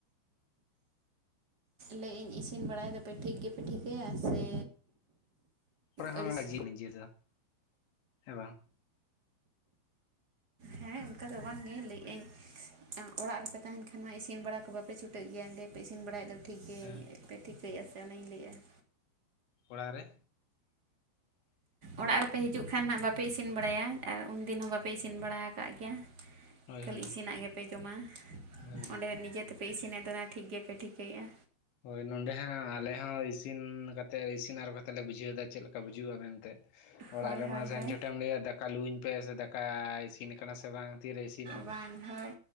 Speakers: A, on the right; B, on the left.
A: ᱞᱮ ᱤᱧ ᱤᱥᱤᱱ ᱵᱟᱲᱟᱭ ᱫᱟᱯᱮ ᱴᱷᱤᱠ ᱜᱮᱯᱮ ᱴᱷᱤᱠᱟᱹᱭᱟ ᱥᱮ
B: <unintelligible>
A: ᱟᱹᱲᱤᱥ ᱦᱮᱸ ᱚᱱᱠᱟ ᱫᱚ ᱵᱟᱝᱜᱼᱮ ᱞᱟᱹᱭ ᱟᱹᱧ ᱚᱲᱟᱜ ᱨᱮᱯᱮ ᱛᱟᱦᱮᱱ ᱠᱷᱟᱱ ᱢᱟ ᱤᱥᱤᱱ ᱵᱟᱲᱟ ᱠᱚ ᱵᱟᱯᱮ ᱪᱷᱩᱴᱟᱹᱜ ᱜᱮᱭᱟ ᱚᱸᱰᱮ ᱯᱮ ᱤᱥᱤᱱ ᱵᱟᱲᱟᱭᱮᱫ ᱫᱚ ᱴᱷᱤᱠ ᱜᱮ
B: ᱦᱮᱸ
A: ᱯᱮ ᱴᱷᱤᱠᱟᱹᱭᱮᱜᱼᱟ ᱥᱮ ᱚᱱᱟᱧ ᱞᱟᱹᱭᱮᱫᱼᱟ
B: ᱚᱲᱟᱜ ᱨᱮ <inaudible>
A: ᱚᱲᱟᱜ ᱨᱮᱯᱮ ᱦᱤᱡᱩᱜ ᱠᱷᱟᱱ ᱦᱟᱸᱜ ᱵᱟᱯᱮ ᱤᱥᱤᱱ ᱵᱟᱲᱟᱭᱟ ᱟᱨ ᱩᱱᱫᱤᱱ ᱦᱚᱸ ᱵᱟᱯᱮ ᱤᱥᱤᱱ ᱵᱟᱲᱟ ᱠᱟᱜ ᱜᱮᱭᱟ
B: ᱦᱳᱭ
A: ᱛᱟᱦᱚᱞᱮ
B: ᱦᱳᱭ
A: ᱤᱥᱤᱱᱟᱜ ᱜᱮᱯᱮ ᱡᱚᱢᱟ ᱾
B: ᱦᱳᱭ
A: ᱚᱸᱰᱮ ᱱᱤᱡᱮ ᱛᱮᱯᱮ ᱤᱥᱤᱱᱮᱫ ᱛᱟᱦᱮ ᱴᱷᱤᱠ ᱜᱮᱯᱮ ᱴᱷᱤᱠᱟᱹᱭᱟ
B: ᱦᱳᱭ ᱱᱚᱸᱰᱮ ᱦᱟᱸᱜ ᱟᱞᱮ ᱦᱚᱸ ᱤᱥᱤᱱ ᱠᱟᱛᱮᱫ ᱤᱥᱤᱱ ᱟᱨᱚ ᱠᱟᱛᱮᱫ ᱞᱮ ᱵᱩᱡᱷᱟᱹᱣ ᱮᱫᱟ ᱪᱮᱫ ᱞᱮᱠᱟ ᱵᱩᱡᱩᱜᱼᱟ ᱢᱮᱱᱛᱮ ᱚᱲᱟᱜ
A: ᱦᱳᱭ
B: ᱨᱮᱢᱟ
A: ᱦᱳᱭ
B: ᱥᱮᱱ
A: ᱦᱳᱭ
B: ᱪᱷᱚᱴᱮᱢ ᱞᱟᱹᱭᱟ ᱫᱟᱠᱟ ᱞᱩᱣᱟᱹᱧ ᱯᱮ ᱥᱮ ᱫᱟᱠᱟ ᱤᱥᱤᱱ ᱟᱠᱟᱱᱟ ᱥᱮ ᱵᱟᱝ ᱛᱤᱨᱮ ᱤᱥᱤ
A: ᱵᱟᱝ ᱦᱳᱭ